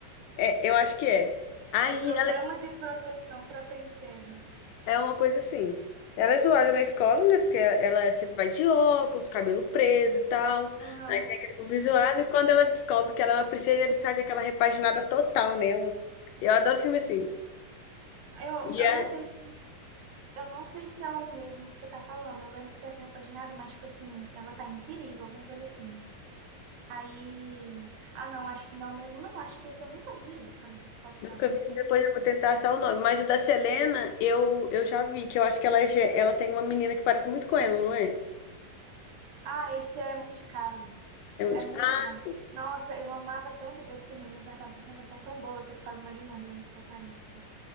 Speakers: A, on the left; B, on the right.
A: é, eu acho que é. Aí
B: É Programa
A: ela é
B: de Proteção para Princesas.
A: É uma coisa assim. Ela é zoada na escola, né? Porque ela ela sempre vai de óculos, cabelo preso e tal.
B: Aham,
A: Aí tem aquele povo
B: típico.
A: zoado. E quando ela descobre que ela é uma princesa, ele sai daquela repaginada total nela. Eu adoro filme assim.
B: Eu,
A: E
B: eu não
A: a-
B: sei se eu não sei se é o mesmo que você tá falando. Eu lembro que tem essa repaginada, mas tipo assim, ela tá em perigo, alguma coisa assim. Aí, ah não, acho que não mesmo. Não, acho que esse eu nunca vi, que ela descobre
A: nunca
B: que é uma princesa.
A: vi, depois eu vou tentar achar o nome. Mas o da Selena, eu, eu já vi, que eu acho que ela, é, gê- ela tem uma menina que parece muito com ela, não é?
B: Ah, esse é Monte Carlo.
A: É um
B: É
A: de-
B: muito
A: Ah,
B: bom.
A: sim.
B: Nossa, eu amava tanto ver esse filme, ele me passava uma sensação tão boa que eu ficava imaginando eu indo para Paris e tal.